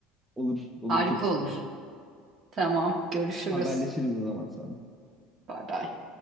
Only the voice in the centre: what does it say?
olur olur
çok isterim.
Haberleşiriz o zaman sonra.